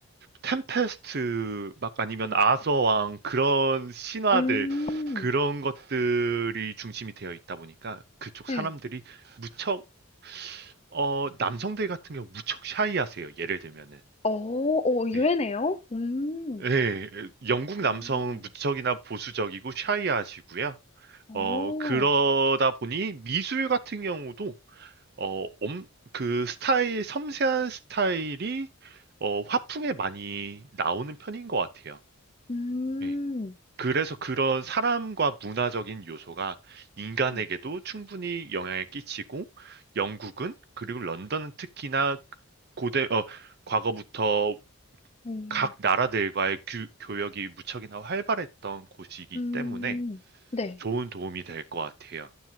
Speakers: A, on the right; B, on the left.
A: 템페스트 막 아니면
B: 어,
A: 아서왕 그런 신화들
B: 음, 음,
A: 그런 것들이 중심이 되어 있다 보니까 그쪽
B: 네,
A: 사람들이 무척 어 남성들 같은 경우 무척 샤이하세요. 예를 들면은
B: 어, 오, 의외네요.
A: 예.
B: 음,
A: 예, 영국
B: 어,
A: 남성은 무척이나 보수적이고 샤이하시고요.
B: 어,
A: 어, 그러다 보니 미술 같은 경우도 어, 엄, 그 스타일, 섬세한 스타일이 어, 화풍에 많이 나오는 편인 것 같아요.
B: 음,
A: 예. 그래서 그런 사람과 문화적인 요소가 인간에게도
B: 네,
A: 충분히 영향을 끼치고 영국은 그리고 런던은 특히나 고대, 어, 과거부터
B: 음,
A: 각 나라들과의 규- 교역이 무척이나 활발했던 곳이기
B: 음,
A: 때문에
B: 네,
A: 좋은 도움이 될 것 같아요.